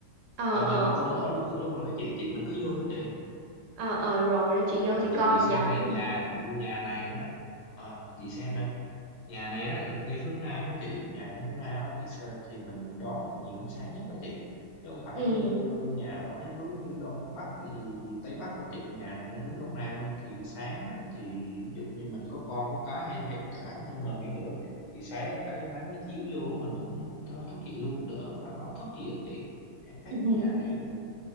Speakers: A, on the right; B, on the left.
A: ờ
B: ờ mà
A: ờ
B: mà cô mở luôn cửa luôn rồi đó chị chị mình cứ vô thôi chị
A: ờ ờ, rồi đó chị
B: Ờ,
A: vô chị
B: chị
A: coi
B: chị xem
A: vòng vòng
B: này
A: cái nha.
B: nhà nhà này á ờ, chị xem đây nhà này á là ngay phương Nam á chị nhà này hướng Nam á thì sao thì mình đón được nhiều ánh sáng nhất á chị chứ không phải
A: Ừ.
B: như nhà ở mấy hướng như Đông Bắc gì, gì Tây Bắc đâu chị nhà này ngay hướng Đông Nam luôn thì sáng á thì ví dụ như mình có con có cái hay hay cả bản thân mình đi nữa thì sáng cái nắng nó chiếu vô mình cũng thức dậy luôn đỡ khỏi báo thức gì á chị em thấy
A: <laughs>
B: nhà này